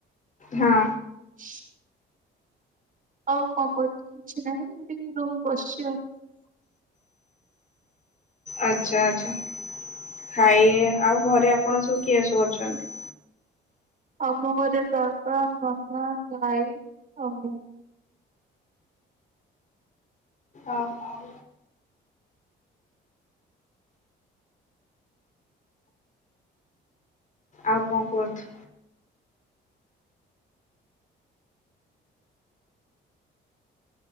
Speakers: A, on the left (about 40°); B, on the right (about 45°).
A: ହଁ।
B: <inaudible> ଆଉ କଣ କରୁଚୁ କିଛି ନାହିଁ ଏମିତି ରୁମ ବସିଛି ଆଉ।
A: ଆଚ୍ଛା ଆଚ୍ଛା ଖାଇ ଆଉ ଘରେ ଆପଣ ସବୁ କିଏ ସବୁ ଅଛନ୍ତି।
B: ଆମ ଘରେ ବାପା ମାମା ଭାଇ ଆଉ ମୁଁ।
A: ଅ ହ। ଆଉ କଣ କୁହନ୍ତୁ?